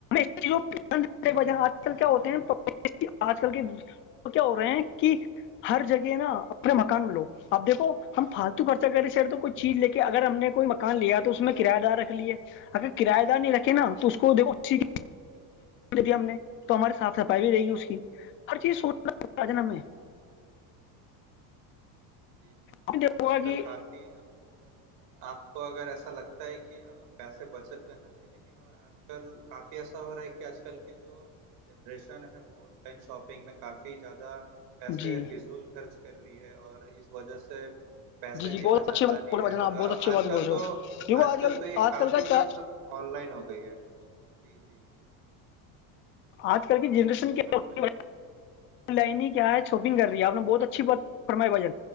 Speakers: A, on the left; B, on the right.
A: جہ آج کل کیا ہوتے ہیں آج کل کے تو کیا ہو رہے ہیں کہ ہر جگہ نا اپنے مکان میں لو اب دیکو ہم فالتو خرچہ کریںے شر تو کوئی چیز لے کے اگر ہم نے کوئی مکان لیا تو اس میں کرایہ دار رکھ لیے اگر کرایہ دار نہیں رکھے نا تو اس کو دیکھو اسی دیا ہم نے تو ہماری صاف صفائی بھی رہے گی اس کی ہر چیز سوچنا ہمیں
B: جی جی اور
A: آپ
B: یہ
A: نے دیکھا
B: آج
A: ہوگا
B: کل
A: کہ
B: کافی آپ کو اگر ایسا لگتا ہے کہ پیسے بچت کرنا چاہیے لیکن اور آج کل کافی ایسا ہو رہا ہے کہ آج کل کے جو جنریشن ہے وہ آن لائن شاپنگ میں کافی زیادہ پیسے
A: جی
B: فضول خرچ کر رہی ہے اور اس وجہ سے پیسے
A: جی جی
B: نہیں
A: بہت
B: بچا
A: اچھی
B: پا
A: بات
B: رہی
A: بول
B: ہے
A: رہے ہو بھائی جان
B: اور
A: آپ بہت اچھی
B: آج
A: بات
B: کل
A: بول رہے
B: تو
A: ہو دیکھو
B: آج کل تو یہ
A: آج
B: کافی
A: کل
B: چیز
A: کا
B: آن لائن ہو گئی ہے جی جی جی
A: آج کل کی جنریشن کیا
B: ہاں
A: ہوتی
B: بولیے
A: ہے لائن ہی کیا ہے شاپنگ کر رہی ہے آپ نے بہت اچھی بات فرمائی بھجن